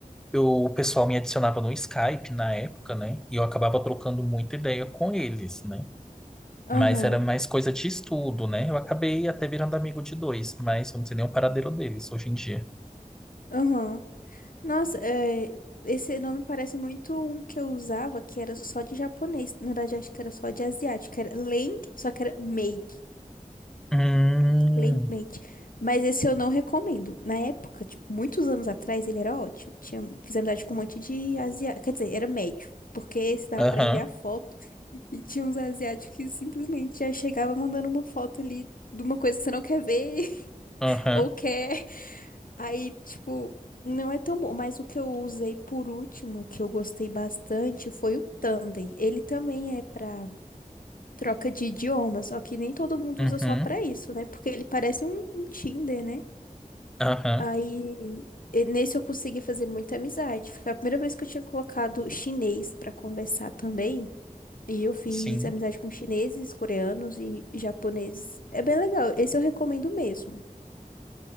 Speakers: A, in the centre; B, on the left.
A: eu, o pessoal me adicionava no Skype na época, né? E eu acabava trocando muita ideia com eles, né? Mas
B: Aham,
A: era mais coisa de estudo, né? Eu acabei até virando amigo de dois, mas eu não sei nem o paradeiro deles hoje em dia.
B: aham. Nossa, é, esse nome parece muito um que eu usava que era só de japonês. Na verdade, acho que era só de asiático. Era Leng, só que era Made.
A: Hum,
B: Linkmate. Mas esse eu não recomendo. Na época, tipo, muitos anos atrás, ele era ótimo. Tinha, fiz amizade com um monte de asiático. Quer dizer, era médio. Porque esse dava
A: aham,
B: pra enviar foto. E tinha uns asiáticos que simplesmente já chegava mandando uma foto ali de uma coisa que você não quer ver <laughs>
A: aham,
B: ou quer. Aí, tipo, não é tão bom. Mas o que eu usei por último, que eu gostei bastante, foi o Tandem. Ele também é pra troca de idioma, só que nem todo mundo
A: uhum,
B: usa só pra isso, né? Porque ele parece um um Tinder, né?
A: aham,
B: Aí, e nesse eu consegui fazer muita amizade. Foi a primeira vez que eu tinha colocado chinês pra conversar também. E eu fiz
A: sim.
B: amizade com chineses, coreanos e japoneses. É bem legal. Esse eu recomendo mesmo.